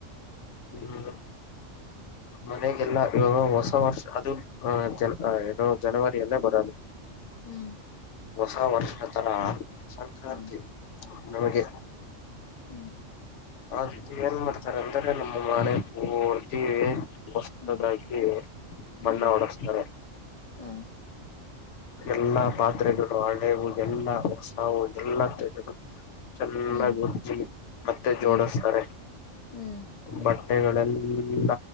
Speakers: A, on the left; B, on the left.
A: ಹ್ಮ್ ಮನೆಗೆಲ್ಲಾ ಇವಾಗ ಹೊಸ ವರ್ಷ ಅದು ಅ ಜ ಏನುೋ ಜನವರಿಯಲ್ಲೇ ಬರೋದು
B: ಹ್ಮ್
A: ಹೊಸ ವರ್ಷ ತರ ಸಂಕ್ರಾಂತಿ
B: ಹಾ
A: ನಮಗೆ
B: ಹ್ಮ್
A: ಅತಿ ಏನ್ ಮಾಡ್ತಾರ ಅಂದ್ರೆ ನಮ್ಮ ಮನೆ ಪೂ ಹೊಡ್ತೀವಿ ಹೊಸದಾಗಿ
B: ಹ್ಮ್
A: ಬಣ್ಣ
B: ಹ್ಮ್
A: ಹೊಡಸ್ತಾರೆ
B: ಹಾ
A: ಎಲ್ಲಾ ಪಾತ್ರೆಗಳು ಹಳೆವು ಎಲ್ಲಾ ಹೊಸವು ಎಲ್ಲ ತೆಗೆದು ಚೆನ್ನಾಗ್
B: ಹ್ಮ್
A: ಉಜ್ಜಿ ಮತ್ತೆ
B: ಹ್ಮ್
A: ಜೋಡಸ್ತಾರೆ
B: ಹ್ಮ್
A: ಬಟ್ಟೆಗಳೆಲ್ಲ